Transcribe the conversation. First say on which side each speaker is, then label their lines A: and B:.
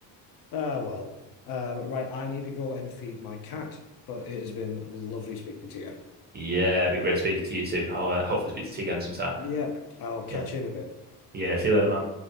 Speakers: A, on the left (about 55°); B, on the right (about 25°).
A: uh, well. Uh, right, I need to go and feed my cat. But it has been lovely speaking to you.
B: Yeah, been great speaking to you too. I'll uh, hopefully speak to you again sometime.
A: Yep, I'll catch
B: Yeah.
A: you in a bit.
B: Yeah. See you later, man.